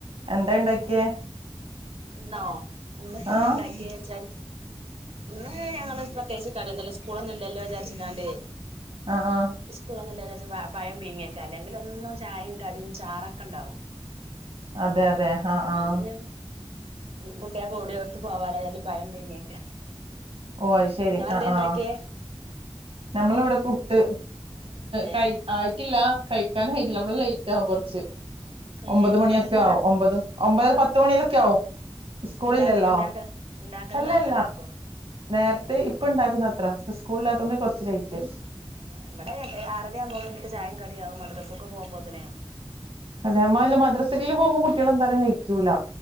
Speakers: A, on the right (about 65°); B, on the right (about 80°).
A: എന്തേണ്ടാക്കിയേ
B: ഇന്നോ ഇന്ന്പ്പം എന്തേണ്ടാക്കിയച്ചാല്
A: ആഹ്
B: ഇന്ന് ഞങ്ങള് പ്രത്യേകിച്ച് കടിന്നുല്ല സ്കൂളൊന്നും ഇല്ലല്ലോ വിചാരിച്ചിക്കാണ്ട്
A: ആഹ് ആഹ്
B: സ്കൂളൊന്നുല്ലചാര്ച്ച് പഴം പിഴ്ങ്ങിയേക്കെ അല്ലെങ്കിലെന്നും ചായയും കടിയും ചാറൊക്കെ ഉണ്ടാവും
A: അതെ അതെ ആഹ് ആഹ്
B: ഇന്ന് ഞാൻ കുട്ടിയൾക്ക് ഓടി ഓർത്ത് പോവാലോ വച്ച് പഴം പീങ്ങിക്ക
A: ഓ അത് ശരി
B: ഇങ്ങളെന്തേണ്ടാക്കിയെ
A: ആഹ് ആഹ് നമ്മളിവിടെ പുട്ട്
B: ഏ
A: കയ് ആയിട്ടില്ല കഴിക്കാൻ ആയിട്ടില്ല നമ്മള് ലേ റ്റാവും കൊർച്ച്
B: ഏ
A: ഒമ്പത് മണിയൊക്കെആവും
B: ഇവിടെല്ല
A: ഒമ്പത് ഒമ്പതര പത്തുമണിയിലൊക്കെ ആവും സ്കൂളില്ലല്ലോ
B: ഇണ്ടാക്ക ഇണ്ടാക്ക ഇണ്ടാക്കല്
A: അല്ലല്ല
B: നേർത്തെ ഇണ്ടാക്കോ
A: നേര്ത്തെ ഇപ്പ ഇണ്ടാക്കുന്ന അത്ര സ്കൂളല്ലാത്തോണ്ട് കൊറച്ച് ലേറ്റ്
B: ഏഹ് ഇവടെ ആറര ആവുമ്പോക് എനിക്ക് ചായയും കടിയാവും മദ്രസക്ക് പോകുമ്പോത്തനെ
A: അതെ അമ്മ ഇല്ല മദ്രസൽ പോവുമ്പോ കുട്ടികള് എന്തായാലും കഴിക്കൂല